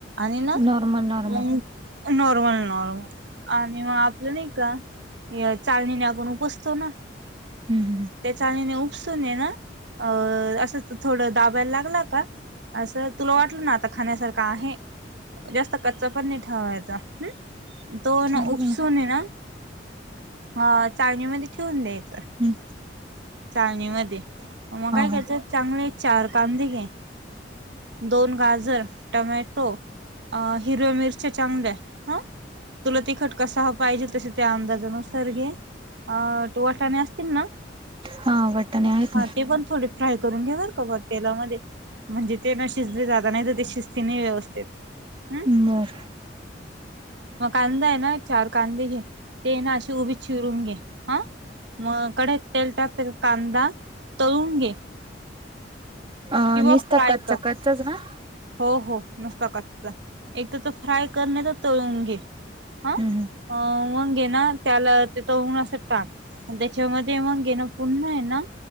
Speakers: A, on the right; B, on the right.
A: ना
B: नॉर्मल नॉर्मल
A: मग नॉर्मल नॉर्मल आणि मग आपलं नाही का. चाळनीने आपण उपासतो ना.
B: हम् हमम
A: त्या चाळणीने उपसून ना अ असं थोडं दाबायला लागला का असं तुला वाटलं ना आता खाण्यासारखं आहे. जास्त कच्चा पण नाही ठेवायचा तो
B: चालेल
A: ना उपसून ना ह चाळणीमध्ये ठेवून द्यायचं.
B: हम्म
A: चाळणीमध्ये मग काय करायचं
B: हा
A: चांगले चार कांदे घे दोन गाजर टमॅटो अ हिरव्या मिरचे चांगल्या आहे हा. तुला तिखट कसा पाहिजे तसे त्या अंदाजान घे अ वाटाणे असतील ना?
B: हा वाटाणे आहेत
A: हा
B: ना
A: ते पण थोडे फ्राय करून घेणार का बा तेलामध्ये म्हणजे ते न शिजले जाता नाही तर शिस्ती नाही व्यवस्थित. हम्
B: बर.
A: मग कांदा आहे ना चार कांदे घे ते ना अशी उभे चिरून घे हा. मग कढईत तेल टाक त्याच्या त कांदा तळून घे.
B: अ
A: किंवा
B: निसता
A: फ्राय
B: कच्चा
A: कर
B: कच्चा ना.
A: हो हो नुसता कच्चा एक तर तर फ्राय कर नाही तर तळून घे. हा
B: हम्म.
A: अ मग हे ना त्याला ते तळून असं टाक. त्याच्यामध्ये मग ना पुन्हा आहे ना